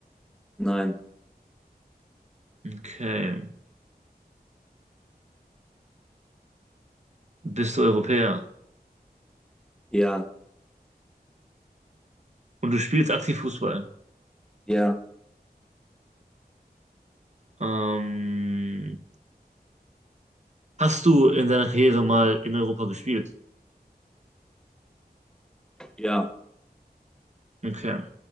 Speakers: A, in the centre; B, on the right (about 45°).
A: nein,
B: Okay. bist du Europäer
A: ja,
B: und du spielst aktiv Fußball.
A: ja,
B: Ähm, hast du in deiner Karriere mal in Europa gespielt?
A: ja,
B: Okay.